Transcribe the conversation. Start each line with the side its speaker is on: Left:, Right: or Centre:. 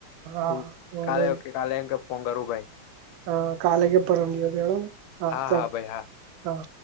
Right: હા
Left: હું
Right: વાંધો
Left: કાલે
Right: નહી
Left: કે કાલે એમ કે પંગારુભાઈ
Right: હા કાલે કે પરમ ગયો હાતાર
Left: હા હા ભાઈ હા
Right: હા